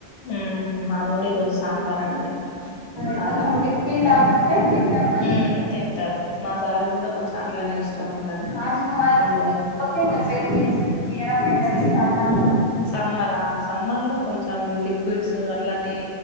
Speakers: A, on the left; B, on the right.
A: ఉహు మాదికూడా ఈ రోజు సాంబార్ అండి
B: అది
A: చాలా
B: కొంచెం లిక్విడ్ లాగా ఉంటే తింటారు
A: ఉ
B: మంచిగా
A: తింటారు మా సారికి కూడా కొంచెం అట్లనే ఇష్టం ఉంటది
B: అది అది
A: అందువల్ల
B: కూడా తినకపోతే ఇంకా పెరుగేసి తినిపియడం బెటర్ ఈ సమ్మర్ లో
A: సమ్మరా సమ్మర్ లో కొంచెం లిక్విడ్స్ అట్లాంటియి